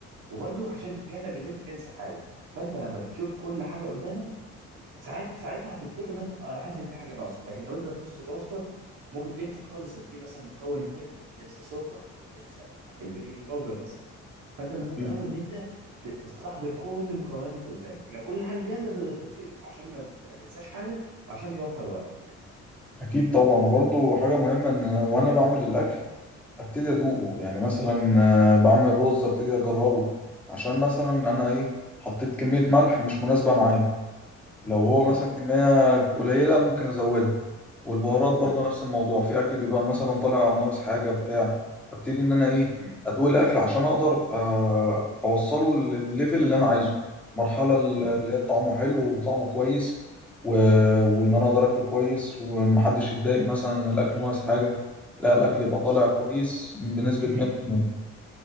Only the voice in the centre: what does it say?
اكيد
أكيد طبعا وبرضه حاجة مهمة ان وانا بعمل الاكل ابتدي ادوقه يعني مثلا آه، بعمل رز ابتدي اجربه عشان مثلا انا
ايه حطيت كمية ملح مش مناسبة معايا لو هو
مثلا كمية قليلة ممكن ازودها والبهارات برضو
نفس الموضوع في اكل بيبقى مثلا طالع ناقص حاجه بتاع ابتدي ان انا ايه
ادوق الاكل عشان اقدر آه، اوصله للليفل اللي انا عايزه المرحله اللي
هي طعمه حلو وطعمه كويس و... وان انا اقدر اكله كويس ومحدش يتضايق مثلا ان الاكل ناقص حاجه لا الاكل يبقى
طالع كويس بنسبه
100%